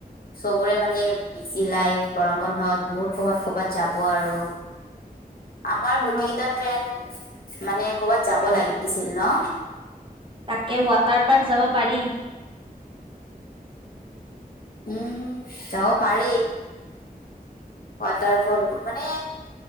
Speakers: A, on the left (about 70°); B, on the right (about 35°).
A: চবৰে মানে বিজি লাইফ, গৰমবন্ধ বহুত কৰ'বাত কৰ'বাত যাব আৰু। আমাৰ
B: অ
A: গোটেইকেইটা ফ্ৰেণ্ড মানে কৰ'বাত যাব লাগিছিল, ন।
B: তাকে ৱাটাৰ পাৰ্ক যাব পাৰি।
A: উম যাব পাৰি। ৱাটাৰফল, মানে